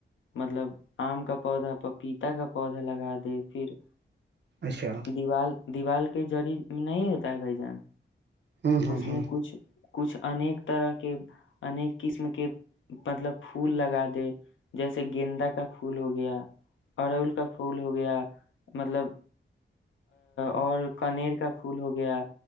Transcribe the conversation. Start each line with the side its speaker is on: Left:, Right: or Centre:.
Left: مطلب ام کا کوزہ پپیتا کا پودا لگا دے پھر
Right: اچھا
Left: دیوال دیوال کے جری نہیں ہوتا ہے بھائی جان
Right: ہوں ہوں
Left: اس
Right: ہوں
Left: نے کچھ کچھ انیک طرح کے انیک قسم کے مطلب پھول لگا دے جیسے گندہ کا پھول ہو گیا اور ان کا پھول ہو گیا مطلب اور کانیر کا پھول ہو گیا